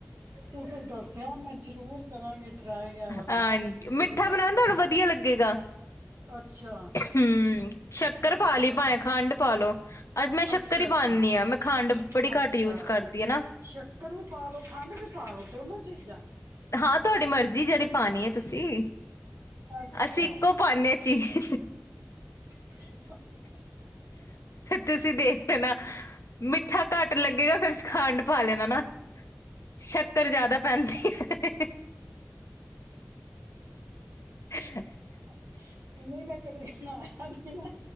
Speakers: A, on the right; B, on the left.
A: ਤੁਸੀਂ ਦੱਸਿਆ ਮੈਂ ਜ਼ਰੂਰ ਕਰਾਂਗੀ। ਟਰਾਈ ਐ ਵਾਲਾ
B: ਹਾਂਣ, ਮਿੱਠਾ
A: ਦਲੀਆ
B: ਬਣਾਉਣਾ ਤੁਹਾਨੂੰ ਵਧੀਆ ਲੱਗੇਗਾ,
A: ਅੱਛਾ
B: ਹਮ ਹੂੰ ਸ਼ੱਕਰ
A: ਅੱਛਾ
B: ਪਾ ਲਈ ਪਾਏ
A: ਵਿਜ
B: ਖੰਡ ਪਾਲੋ, ਅੱਜ ਮੈਂ ਸ਼ੱਕਰ
A: ਅੱਛਾ
B: ਹੀ
A: ਅੱਛਾ
B: ਪਾਣੀ ਆ, ਮੈਂ ਖੰਡ ਬ-ਬੜੀ
A: ਅੱਛਾ
B: ਘੱਟ ਯੂਜ ਕਰਦੀ ਹੈ ਨਾ।
A: ਸ਼ੱਕਰ ਵੀ ਪਾ ਲੋ ਖੰਡ ਵੀ ਪਾ ਲੋ ਦੋਨੋ ਚੀਜ਼ਾਂ
B: ਹਾਂ ਤੁਹਾਡੇ ਮਰਜੀ ਜਿਹੜੀ ਪਾਣੀ ਹੈ ਤੁਸੀਂ।
A: ਅੱਛਾ
B: ਅਸੀਂ ਇੱਕੋ ਪਾਣੇ ਹਾਂ ਚੀਜ਼
A: <inaudible>
B: ਤੁਸੀਂ ਦੇਖ ਲੈਣਾ। ਮਿੱਠਾ ਘੱਟ ਲੱਗੇਗਾ ਫਿਰ ਖੰਡ ਪਾ ਲੈਣਾ ਨਾ। ਸ਼ੱਕਰ ਜ਼ਿਆਦਾ ਪੈਂਦੀ ਏ <inaudible>
A: ਨਹੀਂ ਮੈਂ ਕਦੇ ਬਣਾਇਆ ਨੀ-ਨਾ,